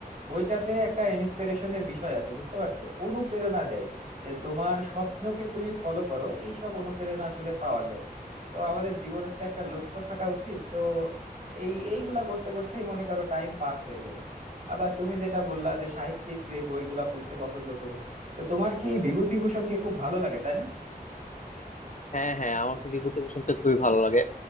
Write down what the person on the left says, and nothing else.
হ্যাঁ হ্যাঁ আমার তো বিভূতিভূষণকে খুবই ভালো লাগে